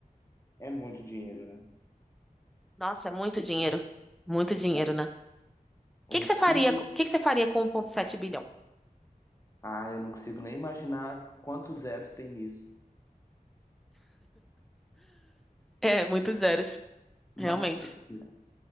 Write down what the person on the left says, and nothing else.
É muito dinheiro, né?
Dá-
Os
filhos.
Ah, eu não consigo nem imaginar quantos zeros tem nisso.
Nossa Senhora.